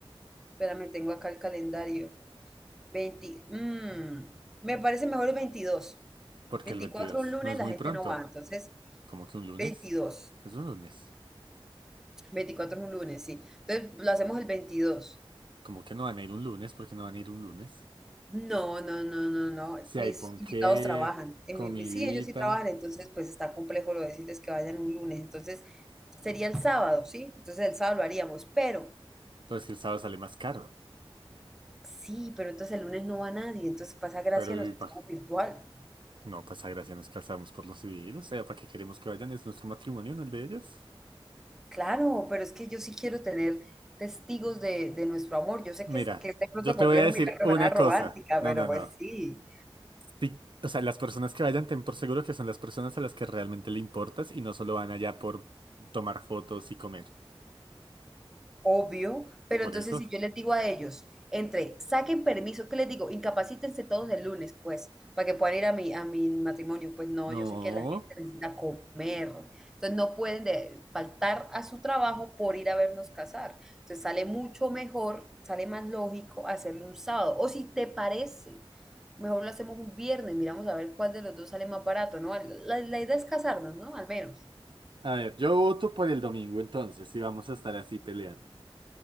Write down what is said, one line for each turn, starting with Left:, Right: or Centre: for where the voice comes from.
Centre: Espérame, tengo acá el calendario. 20, mm, me parece mejor el 22.
Right: Porque
Centre: 24
Right: el 22
Centre: un lunes,
Right: no es
Centre: la
Right: muy
Centre: gente
Right: pronto.
Centre: no va. Entonces,
Right: como que un lunes?
Centre: 22,
Right: Es un lunes.
Centre: 24 es un lunes, sí. Entonces, lo hacemos el 22.
Right: como que no van a ir un lunes? porque no van a ir un lunes?
Centre: No, no, no, no, no.
Right: Si
Centre: Mis
Right: hay ponqué,
Centre: invitados trabajan. En
Right: comidita,
Centre: mi, sí, ellos sí trabajan, entonces pues está complejo lo de decirles que vayan un lunes. Entonces sería el sábado, ¿sí? Entonces el sábado lo haríamos, pero
Right: pues que el sábado sale más caro.
Centre: sí, pero entonces el lunes no va nadie, entonces pasa gracia
Right: Pero
Centre: a los
Right: y
Centre: que
Right: pa-
Centre: estamos virtual.
Right: no pasa gracia, nos casamos por los civiles. O sea, ¿para qué queremos que vayan? ¿Es nuestro matrimonio, no el de ellos?
Centre: Claro, pero es que yo sí quiero tener testigos de, de nuestro amor. Yo sé
Right: Mira,
Centre: que es, que es de pronto
Right: yo te
Centre: complejo
Right: voy a decir
Centre: mirarlo de
Right: una
Centre: manera romántica,
Right: cosa. No,
Centre: pero
Right: no,
Centre: pues
Right: no.
Centre: sí.
Right: Si- o sea, las personas que vayan, ten por seguro que son las personas a las que realmente le importas y no solo van allá por tomar fotos y comer.
Centre: Obvio, pero
Right: Por
Centre: entonces
Right: eso.
Centre: si yo les digo a ellos, entre, saquen permiso, ¿qué les digo? Incapacítense todos el lunes, pues, para que puedan ir a mi, a mi matrimonio. Pues no,
Right: No.
Centre: yo sé que la gente necesita comer, entonces no pueden de- faltar a su trabajo por ir a vernos casar. Entonces sale mucho mejor, sale más lógico hacerlo un sábado. O si te parece, mejor lo hacemos un viernes, miramos a ver cuál de los dos sale más barato, ¿no? La, la idea es casarnos, ¿no? Al menos.
Right: A ver, yo voto por el domingo entonces, si vamos a estar así peleando.